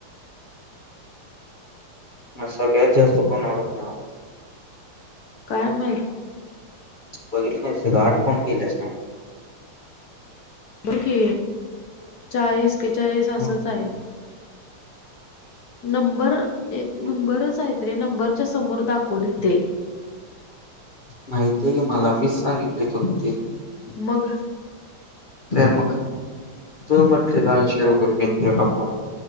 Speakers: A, on the left (about 40°); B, on the left (about 65°).
A: मग सगळ्यात जास्त कोणाला मिळालं.
B: काय माहित
A: बघितल नाहीस का आठ फोन केलेस ना.
B: की चाळीस एक्केचाळीस असच
A: मग
B: आहे. नंबर एक
A: तू-
B: नंबरच आहेत. अरे नंबरच्या समोर दाखवली ते
A: माहिती आहे ग मला. मीच सांगितले तुला ते.
B: मग
A: का मग तु म्हटली दोनशे रुपये मिळले का फोन